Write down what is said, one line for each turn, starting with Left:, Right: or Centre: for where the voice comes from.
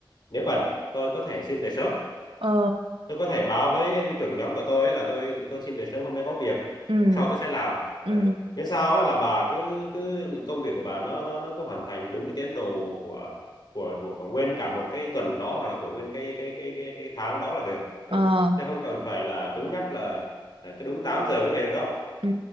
Left: nếu cần tôi có thể xin về sớm
Right: ờ
Left: tôi có thể báo với trưởng nhóm của tôi ấy là tôi tôi xin về sớm hôm nay có việc
Right: ừ
Left: hôm sau tôi sẽ làm
Right: ừ
Left: ừ. miễn sao á là bà cứ cứ công việc của bà nó nó nó cứ hoàn thành đúng cái tiến độ của của của, của nguyên cả một cái tuần đó hoặc là của nguyên cái cái cái cái cái tháng đó là được ừ.
Right: ờ
Left: chứ không cần phải là cứng nhắc là, là cứ đúng 8 giờ mới về được đâu
Right: ừ